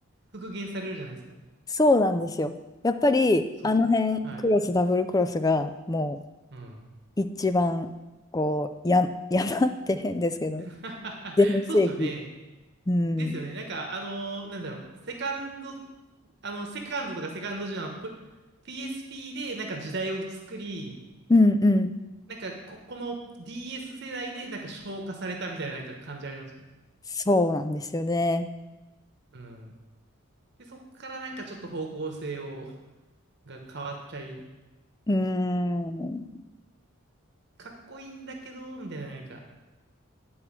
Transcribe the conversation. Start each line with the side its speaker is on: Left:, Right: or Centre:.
Right: 復元されるじゃないですか。
Left: そうなんですよ。やっぱり、
Right: そう。
Left: あの辺、
Right: はい。
Left: クロス、ダブルクロスが、も
Right: うん。
Left: う、一番、こう、や、<laughs> 山って変ですけど、
Right: <laughs>
Left: 全盛期。
Right: そうっすよね。
Left: うん。
Right: ですよね。なんか、あのーなんだろう。セカンド、あの、セカンドとかセカンドジュナの PSP でなんか時代を作り、
Left: うんうん。
Right: なんかこ、この DS 世代でなんか消化されたみたいななんか感じありますね。
Left: そうなんですよね。
Right: うん。で、そっからなんかちょっと方向性を、が変わっちゃい、
Left: うーん。
Right: かっこいいんだけど、みたいななんか、